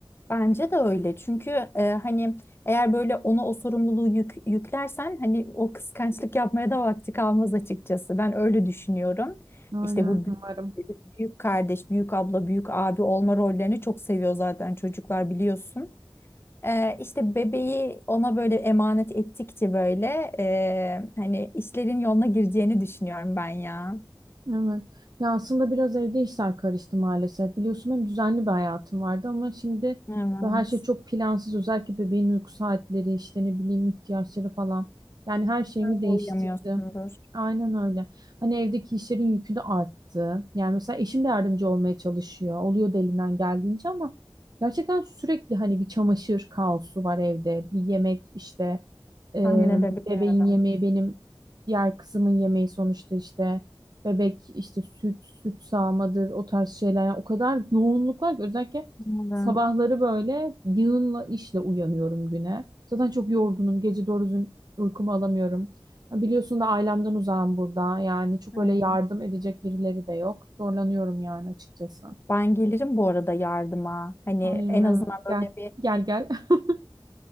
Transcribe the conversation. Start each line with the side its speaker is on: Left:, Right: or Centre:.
Left: Bence de öyle. Çünkü e, hani eğer böyle ona o sorumluluğu yük, yüklersen hani o kıskançlık yapmaya da vakti kalmaz açıkçası. Ben öyle düşünüyorum.
Right: Aynen.
Left: İşte bu
Right: Umarım.
Left: büyük, büyük kardeş, büyük abla, büyük abi olma rollerini çok seviyor zaten çocuklar biliyorsun. E, işte bebeği ona böyle emanet ettikçe böyle e, hani işlerin yoluna gireceğini düşünüyorum ben ya.
Right: Evet. Ya aslında biraz evde işler karıştı maalesef. Biliyorsun benim düzenli bir hayatım vardı ama şimdi
Left: Evet.
Right: böyle her şey çok plansız. Özellikle bebeğin uyku saatleri, işte ne bileyim ihtiyaçları falan. Yani her şeyimi
Left: Sen de
Right: değiştirdi.
Left: uyuyamıyorsundur.
Right: Aynen öyle. Hani evdeki işlerin yükü de arttı. Yani mesela eşim de yardımcı olmaya çalışıyor. Oluyor da elinden geldiğince ama gerçekten sürekli hani bir çamaşır kaosu var evde. Bir yemek işte e,
Left: Tahmin edebiliyorum.
Right: bebeğin yemeği benim diğer kızımın yemeği sonuçta işte bebek işte süt, süt sağmadır o tarz şeyler. Yani o kadar yoğunluk var ki özellikle
Left: Evet.
Right: sabahları böyle yığınla işle uyanıyorum güne. Zaten çok yorgunum. Gece doğru düzgün uykumu alamıyorum. Ya Biliyorsun da ailemden uzağım burada. Yani çok
Left: Evet.
Right: öyle yardım edecek birileri de yok. Zorlanıyorum yani açıkçası.
Left: Ben gelirim bu arada yardıma. Hani
Right: Aynen
Left: en
Right: evet.
Left: azından böyle
Right: Gel
Left: bir
Right: gel gel. <laughs>